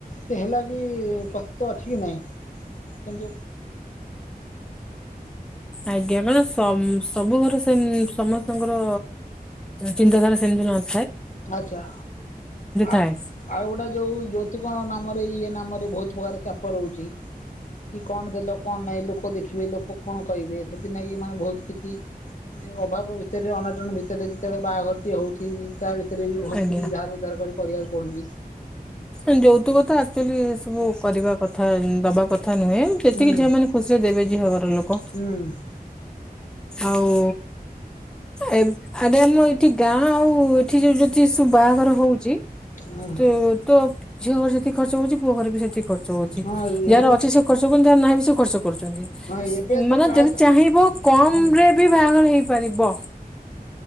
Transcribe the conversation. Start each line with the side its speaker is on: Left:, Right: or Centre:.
Left: ସେ ହେଲା ବି ପ୍ରସ୍ତୁତ ଅଛି କି ନାହିଁ। କିନ୍ତୁ
Centre: ଆଜ୍ଞା କାଇଁନା ସମ ସବୁ ଘର ସେମ ସମସ୍ତଙ୍କର ଚିନ୍ତାଧାରା ସେମିତି ନାହିଁ।
Left: ଆଛା ଆ
Centre: ଥାଏ।
Left: ଆଉଗୋଟା ଯୋଉ ଜୋତୁକ ମା ଆମର ଇଏ ନାମରେ ବହୁତ ପ୍ରକାର ଚାପ ରହୁଛି କି କଣ ଦେଲ କଣ ନାହିଁ ଲୋକ ଦେଖିବେ ଲୋକ କଣ କହିବେ ସେଥିନାଗି ମାନେ ବହୁତ କିଛି ମାନେ ଅଭାବ ଭିତରେ ଅନାଟନ ଭିତରେ ଯେତେବେଳେ ବାହାଘର ଟିଏ ହଉଛି। ତା ଭି ତେରେ ବି ବହୁତ
Centre: ଆଜ୍ଞା
Left: କିଛି ଧାର ଉଦ୍ଧାର କରି କରିବାକୁ ପଡୁଛି।
Centre: ଯୌତୁକ ତ ଆକ୍ଚୁଆଲି ଏ ସବୁ କରିବା କଥା ଦବା କଥା। କଥା ନୁହେଁ ଯେତିକି
Left: ହୁଁ
Centre: ଝିଅ ମାନେ ଖୁସିରେ ଦେବେ ଝିଅ ଘର ଲୋକ
Left: ହୁଁ
Centre: ଆଉ ଏବ ଆରେ ଆମ ଏଇଠି ଗାଁ ଆଉ ଉ ଠି ଯା ଇ <unintelligible> ଚି ବାହାଘର ହଉଛି
Left: ହୁଁ।
Centre: ଏବେ ତ ଝିଅ ଘରେ ଯେତିକି ଖର୍ଚ୍ଚ ହଉଛି ପୁଅ ଘରେ ବି ସେତିକି ଖର୍ଚ୍ଚ ହଉଛି
Left: ହଁ
Centre: ଯାହାର
Left: ଏବେ
Centre: ଅଛି ସେ ଖର୍ଚ୍ଚ କରୁଛି ଯାହାର ନାହିଁ ବି ସେ ଖର୍ଚ୍ଚ କର କରୁଛନ୍ତି
Left: ହଁ
Centre: ସ
Left: ଏବେ ତ
Centre: ମାନେ
Left: ପ୍ରାୟତଃ
Centre: ଯଦି ଚାହିଁବ କମ
Left: ହୁଁ
Centre: ରେ ବି ବାହାଘର ହେଇପାରିବ।